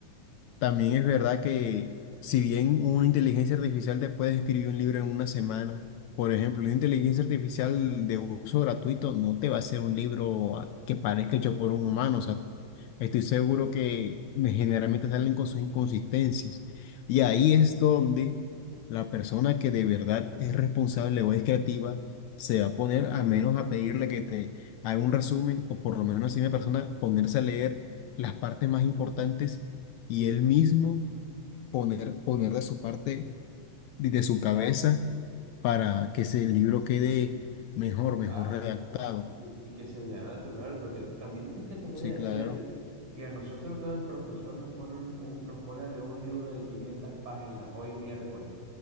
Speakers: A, on the left; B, on the right.
A: También es verdad que si bien una inteligencia artificial te puede escribir un libro en una semana, por ejemplo, una inteligencia artificial de uso gratuito no te va a hacer un libro a- que parezca hecho por un humano, o sea, Estoy seguro que generalmente salen con sus inconsistencias. Y ahí es donde la persona que de verdad es responsable o es creativa se va a poner a menos a pedirle que te haga un resumen o por lo menos si una persona ponerse a leer las partes más importantes y él mismo poner, poner de su parte, de de su cabeza para que ese libro quede mejor,
B: natural,
A: mejor redactado.
B: claro, y que, y que se vea natural, porque también es que te voy
A: Sí,
B: a decir
A: claro.
B: algo. Si a nosotros todo el profesor nos pone un, u- nos pone a leer un libro de 500 páginas hoy miércoles